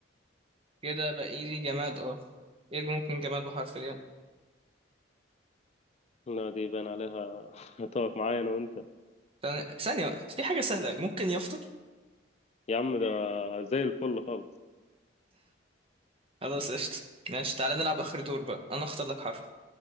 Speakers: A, on the right; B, on the left.
A: <laughs> كده بقى لي جماد اه ايه اللي ممكن جماد بحرف الياء
B: لا دي باين عليها <laughs> هتقف معايا انا وانت
A: ثانية ثانية، في حاجة سهلة ممكن يافطة
B: يا عم ده زي الفل خالص
A: خلاص قشطة ماشي تعالى نلعب آخر دور بقى أنا أختار لك حرف